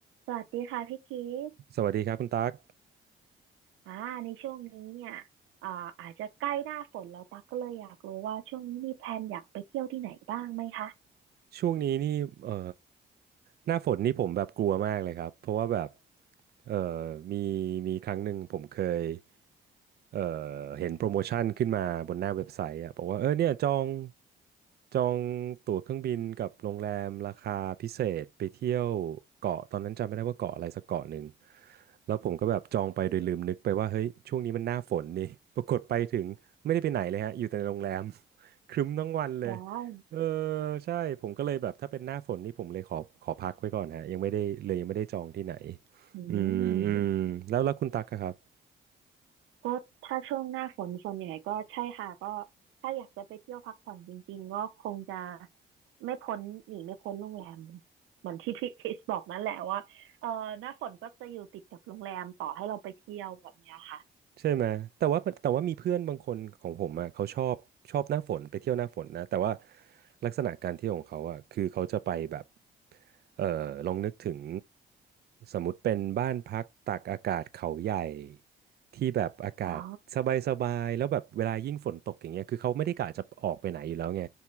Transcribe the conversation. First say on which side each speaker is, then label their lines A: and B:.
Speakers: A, on the right; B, on the right.
A: สวัสดีค่ะพี่คิด
B: สวัสดีครับคุณตั๊ก
A: อ่าในช่วงนี้เนี่ยอ่าอาจจะใกล้หน้าฝนแล้วตั๊กก็เลยอยากรู้ว่าช่วงนี้มีแพลนอยากไปเที่ยวที่ไหนบ้างไหมคะ
B: ช่วงนี้นี่เอ่อหน้าฝนนี่ผมแบบกลัวมากเลยครับ เพราะว่าแบบเอ่อมีมีครั้งหนึ่งผมเคยเอ่อเห็นโปรโมชั่นขึ้นมาบนหน้าเว็บไซต์อ่ะบอกว่าเออเนี่ยจองจองตั๋วเครื่องบินกับโรงแรมราคาพิเศษไปเที่ยวเกาะตอนนั้นจำไม่ได้ว่าเกาะอะไรสักเกาะหนึ่ง แล้วผมก็แบบจองไปโดยลืมนึกไปว่าเฮ้ยช่วงนี้มันหน้าฝนนี่ <laughs> ปรากฏไปถึงไม่ได้ไปไหนเลยฮะอยู่แต่ในโรงแรม <laughs> ครึ้มทั้งวันเลย
A: ว้าว
B: เออใช่ผมก็เลยแบบถ้าเป็นหน้าฝนนี่ผมเลยขอขอพักไว้ก่อนฮะยังไม่ได้เลยยังไม่ได้จองที่ไหน
A: อืม
B: อืมอืมแล้วแล้วคุณตักอะครับ
A: ก็ถ้าช่วงหน้าฝนส่วนใหญ่ก็ใช่ค่ะก็ถ้าอยากจะไปเที่ยวพักผ่อนจริงๆก็คงจะไม่พ้นหนีไม่พ้นโรงแรม <laughs> เหมือนที่พี่คริสบอกนั่นแหละว่าเออหน้าฝนก็จะอยู่ติดกับโรงแรมต่อให้เราไปเที่ยวแบบเนี้ยค่ะ
B: ใช่ไหมแต่ว่าแต่ว่ามีเพื่อนบางคนของผมอ่ะเขาชอบชอบหน้าฝนไปเที่ยวหน้าฝนนะแต่ว่าลักษณะการเที่ยวของเขาอ่ะคือเขาจะไปแบบเอ่อลองนึกถึงสมมติเป็นบ้านพักตากอากาศเขาใหญ่ที่แบบอากาศสบายสบายแล้วแบบเวลายิ่งฝนตกอย่างเงี้ยคือเขาไม่ได้กะจะออกไปไหนอยู่แล้วไง
A: อ๋อ